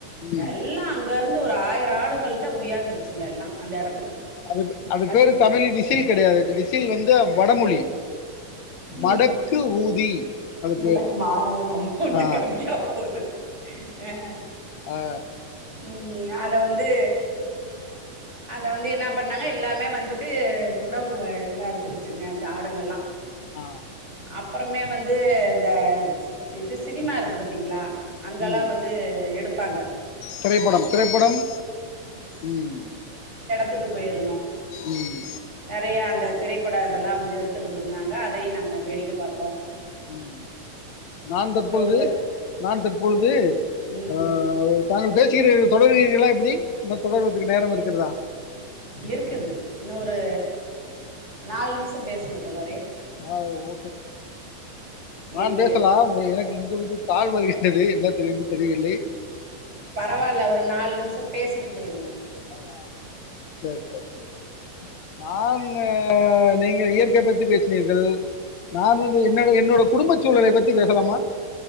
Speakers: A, on the left; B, on the right.
A: ம்
B: யெல்லாம் அங்க இரு ருந்து ஒரு ஆயிரெ ஆடுங்கள்ட்ட உடியாந்துருச்சுங்க எல்லா அந்த எடத்துக்கு
A: அதுக்கு அது
B: வந்
A: பேரு தமிழ்ல விசில் கெடையாது விசில் வந்து வடமொழி
B: ம்
A: மடக்கு ஊதி அது
B: எனக்கு
A: பேர்
B: மா அமௌண்ட்
A: ஆ
B: கம்மியாக போது ஆ
A: அ
B: ம் அத வந்து அத வந்து என்ன பண்ணாங்க எல்லாமே வந்துட்டு உணவு எல்லா எடுத்துக்குச்சுங்க அந்த ஆடுங்கல்லெ
A: ஆ
B: அப்றமே வந்து இந்த இது சினிமா இருக்கு பாத்தீங்ளா அங்கெல்லெ
A: ம்
B: வந்து எடுப்பு ப்பாங்க
A: திரைப்படம் திரைப்படம் ம்
B: த்துக்கு போயிருந்தோ
A: ம்
B: நெறைய அந்த திரைப்பட இதெல்லாம் வந்து எடுத்துக்கிட்டு இருந்தாங்க அது அதையு நாங்க வேடிக்கை பார்த்தோம்
A: உம் நா தற்பொழுது
B: உள்ள
A: நா தற்பொழுது
B: ம்
A: ஆஹ தாங்கள் பேச தொடர்கீர்களா எப்படி இ தொடர்துக்கு நேரம் இருக்கிறதா
B: இருக்குது இன்னரு நாலு நிமிஷம் பேசின தோழர் ரே
A: ஆஹஓ
B: இயற்கைய
A: நா பேசலாம் எனக்கு இங்க கால் வலி என்து என்ன தெரிய தெரியல்லை
B: பரவாயில்ல ஒரு நாலு நிமிஷம் பேசிட்டு போயிருங்க
A: ஆ சரி சரி சரி நான் நீங்க இயற்கை பத்தி பேசினீர்கள் நான் வந்து என்னோட என்னோட குடும்ப சூழலை பத்தி பேசலாமா